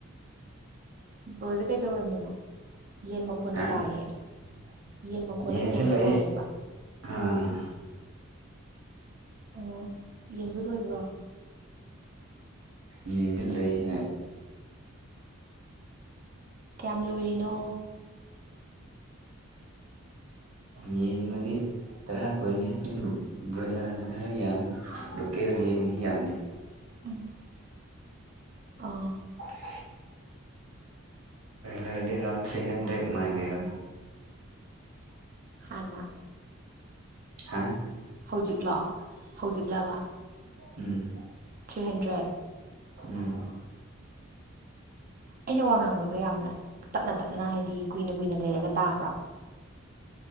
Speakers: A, on the right; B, on the right.
A: ꯕ꯭ꯔꯣꯁꯦ ꯀꯩꯗꯧꯔꯝꯃꯤꯅꯣ ꯌꯦꯟ ꯃꯈꯣꯜꯁꯨ
B: ꯍꯥ
A: ꯇꯥꯏꯌꯦ ꯌꯦꯟ ꯃꯈꯣꯜꯂ
B: ꯌꯦꯟꯁꯨ
A: ꯀꯩꯅꯣꯝꯨ
B: ꯂꯩ
A: ꯇꯥꯏꯌꯦꯕ
B: ꯑꯥ
A: ꯑꯣ ꯌꯦꯟꯁꯨ ꯂꯣꯏꯕ꯭ꯔꯣ
B: ꯌꯦꯗꯤ ꯂꯩꯍꯦ
A: ꯀꯌꯥꯝ ꯂꯣꯏꯔꯤꯅꯣ
B: ꯌꯦꯟ ꯃꯗꯤ ꯇꯔꯀ ꯕꯣꯣꯏꯂꯔꯅ ꯈꯔ ꯌꯥꯝꯃꯦ ꯂꯣꯀꯦꯜ ꯌꯦꯗꯤ ꯌꯥꯝꯗꯤꯦ
A: ꯎꯝ ꯑꯣ
B: <inaudible> ꯂꯩꯗꯤ ꯑꯦꯔꯥꯎꯟ ꯊ꯭ꯔꯤ ꯍꯟꯥꯟꯗ꯭ꯔꯦꯗ ꯃ ꯂꯩꯔꯝ
A: ꯍꯅ
B: ꯍꯥꯦ
A: ꯍꯧꯖꯤꯛꯂꯣ ꯍꯧꯖꯤꯛꯂꯕ
B: ꯎꯝ
A: ꯊ꯭ꯔꯤ ꯍꯟꯗ꯭ꯔꯦꯠ
B: ꯎꯝ
A: ꯑꯩꯅ ꯋꯥ ꯉꯥꯡꯕꯗꯣ ꯌꯥꯝꯅ ꯇꯞꯅ ꯇꯞꯅ ꯍꯥꯏꯗꯤ ꯀꯨꯏꯅ ꯀꯨꯏꯅ ꯂꯩꯔꯒ ꯇꯥꯕ꯭ꯔꯣ